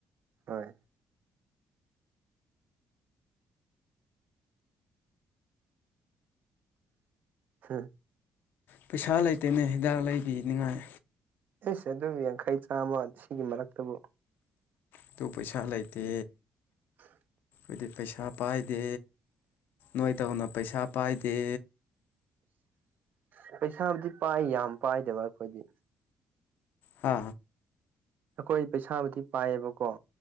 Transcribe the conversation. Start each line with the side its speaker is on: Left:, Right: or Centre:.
Right: ꯍꯣꯏ ꯍꯝ
Left: ꯄꯩꯁꯥ ꯂꯩꯇꯦꯅꯦ ꯍꯤꯗꯥꯛ ꯂꯩꯕꯤꯅꯤꯉꯥꯏ
Right: ꯑꯦꯁ ꯑꯗꯨ ꯌꯥꯡꯈꯩ ꯆꯥꯝꯃ ꯁꯤꯒꯤ ꯃꯔꯛꯇꯕꯨ
Left: ꯑꯗꯨ ꯄꯩꯁꯥ ꯂꯩꯇꯦ
Right: ꯇꯥꯗꯦ <unintelligible>
Left: ꯍꯥꯏꯈꯣꯏꯗꯤ ꯄꯩꯁꯥ ꯄꯥꯏꯗꯦ ꯅꯣꯏꯗꯧꯅ ꯄꯩꯁꯥ ꯄꯥꯏꯗꯦ
Right: ꯑ ꯄꯩꯁꯥꯕꯨꯗꯤ ꯄꯥꯏ ꯌꯥꯝ ꯄꯥꯏꯗꯕ ꯑꯩꯈꯣꯏꯗꯤ
Left: ꯍꯥ
Right: ꯑꯩꯈꯣꯏ ꯄꯩꯁꯥꯕꯨꯗꯤ ꯄꯥꯏꯌꯦꯕꯀꯣ